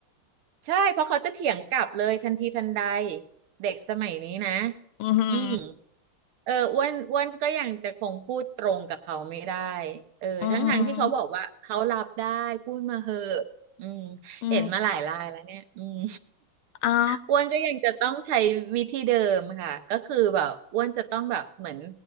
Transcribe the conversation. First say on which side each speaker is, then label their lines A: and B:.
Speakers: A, on the right; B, on the left.
A: ใช่เพราะเขาจะเถียงกลับเลยทันทีทันใดเด็กสมัยนี้นะ
B: อือหือ
A: อืมเอออ้วนอ้วนก็ยังจะคงพูดตรงกับเขาไม่ได้เออทั้งทางที่เขาบอกว่าเขารับได้พูดมาเหอะอืม
B: อืมอือ
A: เห็นมาหลายรายแล้วเนี่ยอืม
B: เอา
A: อ้วนก็ยังจะต้องใช้วิธีเดิมค่ะก็คือแบบอ้วนจะต้องแบบเหมือน